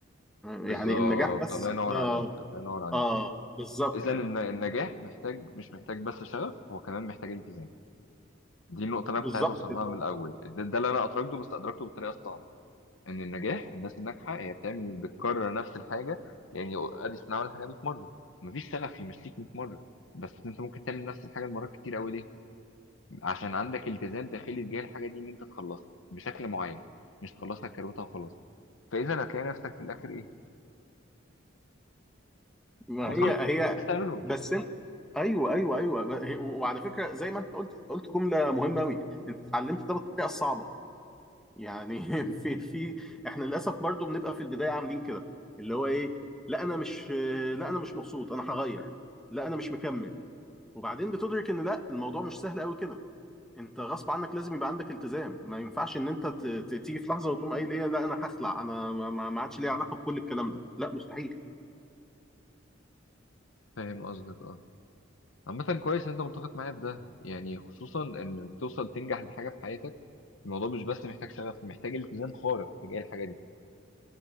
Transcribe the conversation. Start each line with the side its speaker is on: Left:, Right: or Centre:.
Left: بالظبط
Centre: يعني النجاح بس
Left: الله ينور
Centre: اه
Left: عليك الله ينور عليك
Centre: اه بالظبط
Left: اذا
Centre: كده
Left: الن- النجاح محتاج مش محتاج بس شغف هو كمان محتاج التزام دي النقطه اللي
Centre: بالظبط
Left: انا كنت عايز اوصل
Centre: كده
Left: لها من الاول ده, ده اللي انا ادركته بس ادركته بالطريقه الصعبه ان النجاح الناس الناجحه هي بتعمل بتكرر نفس الحاجه يعني اديسون عمل الحاجه 100 مره مفيش سقف يمشيك 100 مره بس انت ممكن تعمل نفس الحاجه المرات كتير قوي ليه عشان عندك التزام داخلي تجاه الحاجه دي ان انت تخلصها بشكل معين مش تخلصها كروتها وخلاص فاذا هتلاقي نفسك في الاخر ايه
Centre: ما
Left: وصلت
Centre: هي هي
Left: بس تعمله
Centre: بس انت ايوه ايوه ايوه ما هي- وعلى فكره زي ما انت قلت قلت جمله مهمه قوي انت اتعلمت ده بالطريقه الصعبه يعني <laughs> في في احنا للاسف برضو بنبقى في البدايه عاملين كده اللي هو ايه لا انا مش لا انا مش مبسوط انا هغير لا انا مش مكمل وبعدين بتدرك ان لا الموضوع مش سهل قوي كده انت غصب عنك لازم يبقى عندك التزام ما ينفعش ان انت ت- ت- تيجي في لحظه وتقوم قايل ايه لا انا هخلع انا ما ما- ما عادش ليا علاقه بكل الكلام ده لا مستحيل
Left: فاهم قصدك اه عامة كويس ان انت متفق معايا في ده يعني خصوصا ان توصل تنجح لحاجة في حياتك الموضوع مش بس محتاج شغف محتاج التزام خارق تجاه الحاجة دي